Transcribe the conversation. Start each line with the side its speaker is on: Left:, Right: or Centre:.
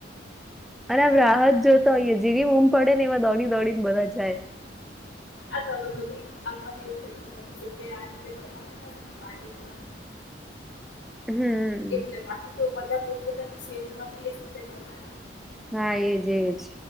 Centre: અને આમ રાહત જોતો હોઈએ જેવી ઊમ પડે ને એમાં દોડી દોડીને બધા જાય
Left: આ થવ બધી આ બીવ જગ્યા આ રીતે કરવા <unintelligible>
Centre: <inaudible> હમ્મ
Left: એટલે બાકી તો બધા પોતપતાની શેરીમાં બી એ રીતે જતા
Centre: હા એજ એજ